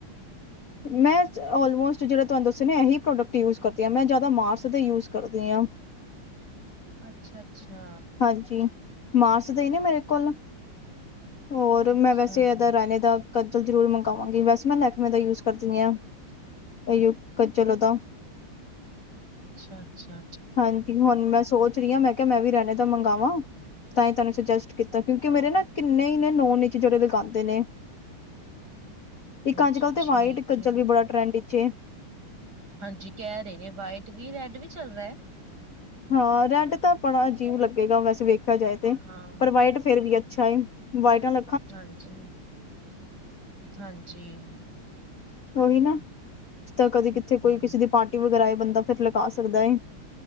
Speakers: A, on the left; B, on the right.
A: ਮੈਂ ਔਲਮੋਸਟ ਜੜਾ ਤੁਆਨੂੰ ਦੱਸੇ ਨੇ, ਐਹੀ ਪ੍ਰੋਡਕਟ ਯੂਜ ਕਰਦੀ ਆਂ। ਮੈਂ ਜਾਦਾ ਮਾਰਸ ਦੇ ਯੂਜ ਕਰਦੀ ਆਂ।
B: ਅੱਛਾ ਅੱਛਾ
A: ਹਾਂਜੀ ਮਾਰਸ ਦਾ ਈ ਨਾ ਮੇਰੇ ਕੋਲ। ਹੋਰ
B: ਅੱਛਾ
A: ਮੈਂ ਵੈਸੇ ਏਦਾ
B: ਅੱਛਾ
A: ਰੈਣੇ ਦਾ- ਕੱਜਲ ਜ਼ਰੂਰ ਮੰਗਵਾਂਗੀ। ਵੈਸੇ ਮੈਂ ਲੈਕਮੇ ਦਾ ਯੂਜ ਕਰਦੀ ਆਂ, ਏਈਓ ਕੱਜਲ ਓਦਾ।
B: ਅੱਛਾ ਅੱਛਾ।
A: ਹਾਂਜੀ, ਹੁਣ ਮੈਂ ਸੋਚ ਰਹੀ ਹਾਂ ਮੈਂ ਕਯਾ ਮੈਂ ਵੀ ਰੇਨੇ ਤੂੰ ਮੰਗਾਵਾਂ। ਤਾਂ ਹੀ ਤੁਹਾਨੂੰ ਸੁਜੈਸਟ ਕੀਤਾ ਕਿਉਂਕਿ ਮੇਰੇ ਨਾ ਕਿੰਨੇ ਹੀ ਨੇ ਨੋਨ ਚ ਜਿਹੜੇ ਲਗਾਉਂਦੇ ਨੇ। ਇੱਕ
B: ਹਾਂਜੀ
A: ਅੱਜ ਕਲ੍ਹ ਤੇ
B: ਠੀਕ
A: ਵਾਈਟ ਕੱਜਲ
B: ਹੈ।
A: ਵੀ ਬੜਾ ਟਰੈਂਡ ਇਚ ਏ।
B: ਹਾਂਜੀ ਕਹਿ ਰਹੇ ਨੇ ਵਾਈਟ ਵੀ ਰੈਡ ਵੀ ਚਲਦਾ ਏ।
A: ਹਾਂ, ਰੈਡ ਤਾਂ ਬੜਾ ਅਜੀਬ ਲੱਗੇਗਾ ਵੈਸੇ ਵੇਖਿਆ ਜਾਏ ਤੇ,
B: ਹਾਂ,
A: ਪਰ ਵਾਈਟ ਫਿਰ ਵੀ ਅੱਛਾ ਏ, ਵਾਈਟ ਅਲ
B: ਹਾਂਜੀ, ਹਾਂਜੀ।
A: ਉਹੀ ਨਾ ਤਾਂ ਕਦੇ
B: ਹੂੰ-ਹੂੰ।
A: ਕਿਤੇੇ ਕੋਈ ਕਿਸੇ ਦੀ ਪਾਰਟੀ ਵਗੈਰਾ ਬੰਦਾ ਫਿਰ ਲਗਾ ਸਕਦਾ ਏ।